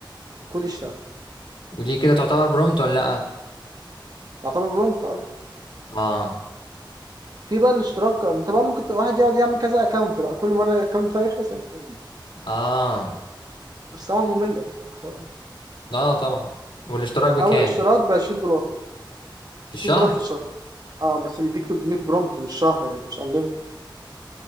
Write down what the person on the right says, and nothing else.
والكود يشتغل
تعتبر برومت
في بقى الاشتراك انت بقى ممكن ت- واحد يقعد يعمل كذا اكونت بقى كل مره الاكونت بتاعه يخلص يعمل account.
بس طبعا ممله يعني الحوار ده.
او اشتراك ب 20 دولار
20 دولار في الشهر اه بس بيديك 300 برومت مش شهر يعني مش انليمتد